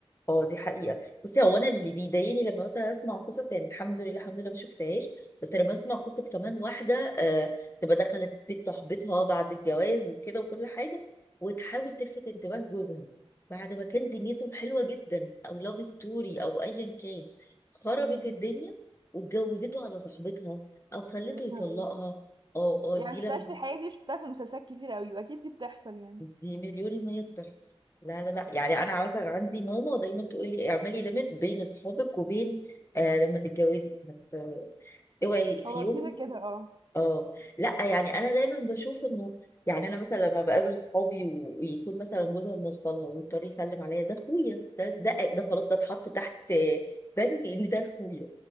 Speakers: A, on the left; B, on the right.
A: اه دي حقيقة بصي هو انا اللي بيضايقني لما مثلا اسمع قصص يعني الحمد لله الحمد لله ما شفتهاش بس لما اسمع قصة كمان واحدة آه تبقى دخلت بيت صاحبتها بعد الجواز وكده وكل حاجة وتحاول تلفت انتباه جوزها بعد ما كان دنيتهم حلوة جدا او لاف ستوري او ايا كان خربت
B: امم
A: الدنيا واتجوزته على صاحبتها او خلته
B: يا
A: يطلقها
B: نهار أبيض
A: اه اه
B: يعني
A: دي
B: مشفتهاش
A: لما
B: في حياتي وشفتها في المسلسلات كتير قوي واكيد دي بتحصل يعني
A: دي مليون المية بتحصل لا لا لا يعني انا مثلا عندي ماما دايما تقول لي اعملي ليميت بين اصحابك وبين آه لما تتجوزي ما ت- اوعي في
B: هو
A: يوم
B: كده كده اه
A: اه لا يعني انا دايما بشوف انه يعني انا مثلا لما بقابل صحابي و- ويكون مثلا جوزها موصلها ويضطر يسلم عليا ده اخويا ده ده ده خلاص ده اتحط تحت بند ان ده اخويا